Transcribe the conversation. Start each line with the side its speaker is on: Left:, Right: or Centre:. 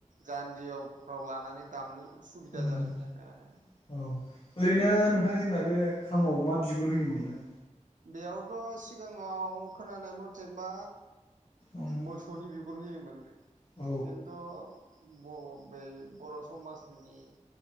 Right: जान्दियाव फ्राव लानानै दामनो सुबिदा
Left: ओं
Right: जानायनि थाखाय आरो
Left: औ ओरैनो नोंथां जोंना बे खामाव मा बिगुर होयोमोनलाय
Right: बेयावथ' सिगाङाव खोनानाय मथे बा
Left: उम
Right: मोसौनि बिग गुर होयोमोन नो
Left: औ
Right: खिन्थु बर' बै बर' समाजनि